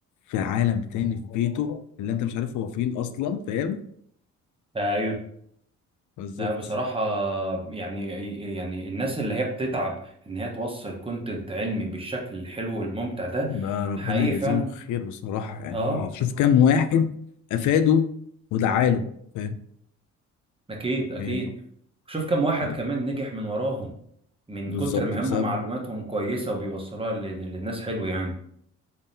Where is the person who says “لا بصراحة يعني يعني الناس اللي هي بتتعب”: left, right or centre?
Right